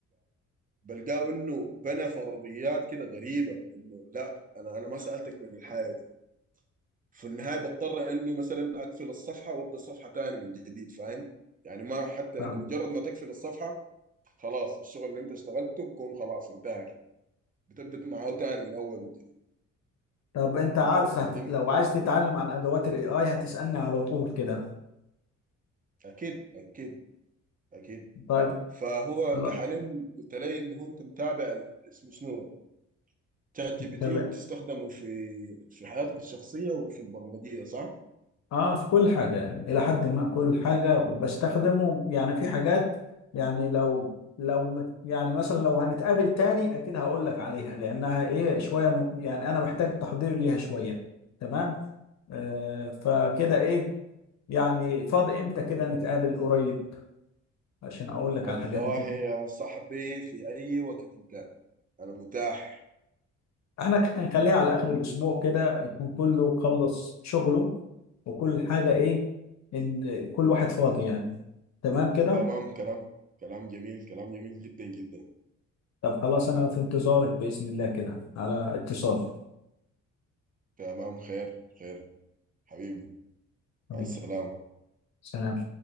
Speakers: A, on the right (about 25°); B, on the left (about 65°).
A: بلقاه انه بنى فرضيات كده غريبه انه لا انا انا ما سالتك من الحاجه دي في النهايه بضطر انه مثلا اقفل الصفحه وابدا صفحه تاني من جديد فاهم يعني ما حتى
B: فاهم
A: انت مجرد ما تقفل الصفحه خلاص الشغل اللي انت اشتغلته بكون خلاص انتهى كده بتبدا معاه تاني من اول وجديد
B: طب انت عارف
A: فدي
B: هت... لو عايز تتعلم عن ادوات الاي اي هتسالني على طول كده
A: اكيد اكيد اكيد
B: طيب
A: فهو انت
B: خلاص
A: حاليا قلت لي اللي هو انت متابع ال- اسمه شنو شات جي بي
B: طب
A: تي وتستخدمه في في حياتك الشخصيه وفي البرمجيه صح؟
B: اه في كل حاجه يعني الى حد ما كل حاجه وبستخدمه يعني في حاجات يعني لو لو مت- يعني مثلا لو هنتقابل تاني اكيد هقول لك عليها لانها ايه شويه م... يعني انا محتاج تحضير ليها شويه تمام آه فكده ايه يعني فاضي امتى كده نتقابل قريب عشان اقول لك
A: والله
B: على الحاجات دي
A: يا صاحبي في أي وقت إن كان أنا متاح
B: احنا ك- هنخليها على اخر الاسبوع كده يكون كله خلص شغله وكل حاجة ايه ان كل واحد فاضي يعني تمام كده
A: تمام كلام كلام جميل كلام جميل جدا جدا
B: طب خلاص انا في انتظارك بإذن الله كده على اتصال
A: تمام خير خير حبيبي
B: حبيبي
A: مع السلامة
B: سلام